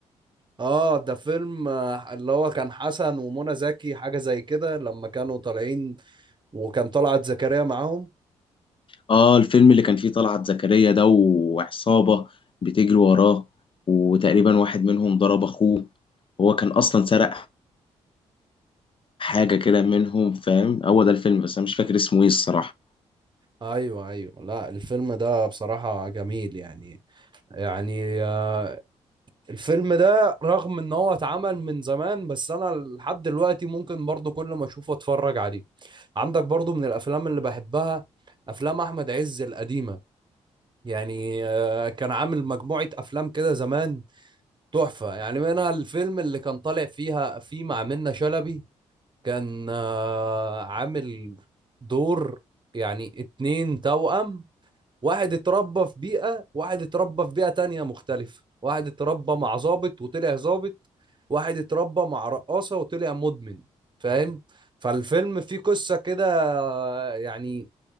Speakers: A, on the right (about 35°); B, on the left (about 40°).
A: اه ده فيلم آه، اللي هو كان حسن ومنى زكي حاجة زي كده لما كانوا طالعين وكان طلعت زكريا معاهم
B: اه الفيلم اللي كان فيه طلعت زكريا ده وعصابة بتجري وراه وتقريبا واحد منهم ضرب اخوه وهو كان اصلا سرق حاجة كده منهم فاهم هو ده الفيلم بس انا مش فاكر اسمه ايه الصراحة
A: ايوه ايوه لا الفيلم ده بصراحة جميل يعني يعني آه، الفيلم ده رغم ان هو اتعمل من زمان بس انا لحد دلوقتي ممكن برضو كل ما اشوفه اتفرج عليه عندك برضو من الافلام اللي بحبها افلام احمد عز القديمة يعني آه، كان عامل مجموعة افلام كده زمان تحفة يعني منها الفيلم اللي كان طالع فيها فيه مع منة شلبي كان آه، عامل دور يعني اتنين توأم واحد اتربى في بيئة واحد اتربى في بيئة تانية مختلفة واحد اتربى مع ضابط وطلع ضابط واحد اتربى مع رقاصة وطلع مدمن فاهم فالفيلم فيه قصة كده آه، يعني